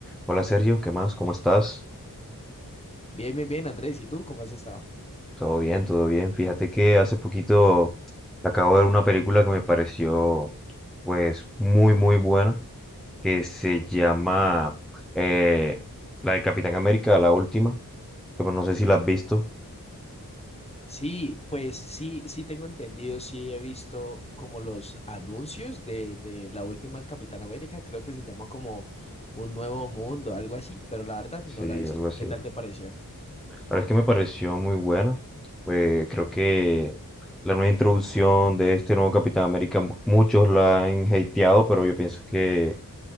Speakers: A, in the centre; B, on the left.
A: Hola Sergio, ¿qué más? ¿Cómo estás?
B: Bien, bien, bien, Andrés. ¿Y tú cómo has estado?
A: Todo bien, todo bien. Fíjate que hace poquito acabo de ver una película que me pareció pues muy muy buena, que se llama eh, la de Capitán América, la última, que pues no sé si la has visto,
B: Sí, pues sí, sí tengo entendido, sí he visto como los anuncios de, de la última del Capitán América, creo que se llama como Un Nuevo Mundo, algo así, pero la verdad
A: sí,
B: no la he visto.
A: algo así.
B: ¿Qué
A: La
B: tal te pareció?
A: verdad es que me pareció muy buena. Eh, creo que la nueva introducción de este nuevo Capitán América, mu- muchos la han hateado, pero yo pienso que